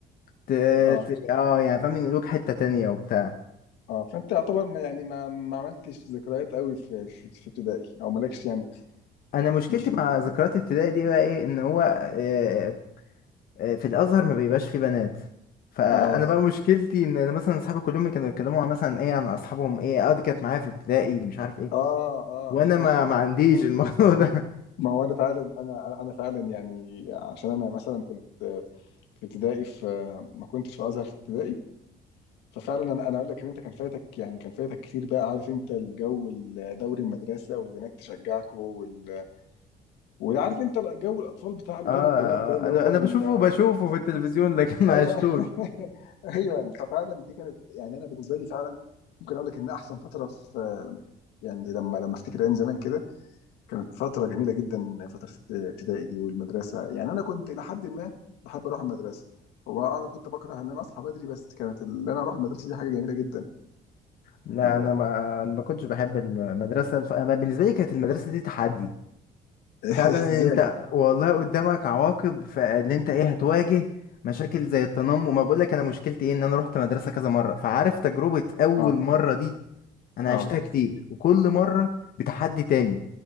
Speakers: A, on the left (about 60°); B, on the left (about 80°).
A: ت...
B: آه
A: ت... اه يعني فاهم ينقلوك حته تانية وبتاع
B: آه فأنت يعتبر ما يعني ما ما عملتش ذكريات قوي في في في ابتدائي أو مالكش يعني
A: انا مشكلتي
B: مش
A: مع ذكريات ابتدائي دي بقى ايه ان هو آه، آه، في الازهر ما بيبقاش فيه بنات فانا
B: آه
A: بقى مشكلتي ان انا مثلا اصحابي كلهم كانوا يتكلموا عن مثلا ايه عن اصحابهم ايه اه دي كانت معايا في ابتدائي مش عارف ايه
B: آه آه
A: وانا
B: <laughs>
A: ما ما عنديش الموضوع ده <laughs>
B: ما هو انا فعلا انا انا فعلا يعني عشان انا مثلا كنت في ابتدائي في ما كنتش في ازهر في ابتدائي ففعلا انا انا اقول لك ان انت كان فايتك يعني كان فايتك كتير بقى عارف انت الجو دوري المدرسه والبنات تشجعكوا وال... وعارف انت جو الاطفال بتاع الولاد
A: اه
B: والبنات ده اللي
A: آه، انا
B: هو
A: انا
B: ال...
A: بشوفه بشوفه في التلفزيون لكن ما
B: ايوه
A: عشتوش
B: <laughs> ايوه ففعلا دي كانت يعني انا بالنسبه لي فعلا ممكن اقول لك ان احسن فتره في يعني لما لما افتكر ايام زمان كده كانت فترة جميلة جدا فترة ابتدائي دي والمدرسة يعني أنا كنت إلى حد ما بحب أروح المدرسة هو أنا كنت بكره إن أنا أصحى بدري بس كانت اللي أنا أروح المدرسة دي حاجة جميلة جدا
A: لا
B: لا.
A: انا ما ما كنتش بحب المدرسه الف... أنا بالنسبه لي كانت المدرسه دي تحدي
B: <laughs>
A: فعلا
B: إزاي؟
A: انت والله قدامك عواقب فاللي انت ايه هتواجه مشاكل زي التنمر ما بقولك انا مشكلتي ايه ان انا رحت مدرسة كذا مرة فعارف تجربة اول
B: آه
A: مرة دي انا
B: آه
A: عشتها كتير وكل مرة بتحدي تاني